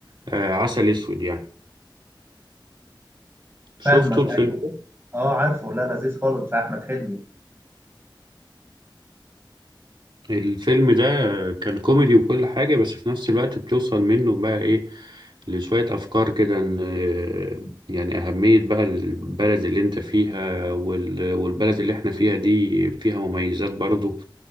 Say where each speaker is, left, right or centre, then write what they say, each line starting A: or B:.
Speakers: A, on the right (about 70°); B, on the right (about 30°).
A: آه، عسل اسود يعني شفتوا
B: فاهمك
A: الفيلم
B: ايوه
A: ده
B: اه عارفه لا لذيذ خالص بتاع احمد حلمي
A: الفيلم ده كان كوميدي وكل حاجة بس في نفس الوقت بتوصل منه بقى إيه لشوية أفكار كده إن- آه، يعني أهمية بقى البلد اللي أنت فيها وال- والبلد اللي إحنا فيها دي فيها مميزات برضو